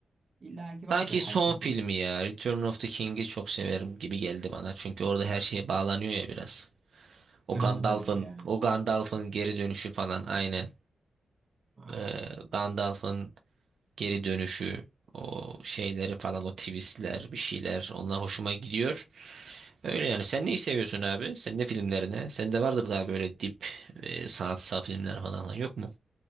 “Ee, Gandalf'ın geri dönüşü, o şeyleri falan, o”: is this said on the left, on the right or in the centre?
Right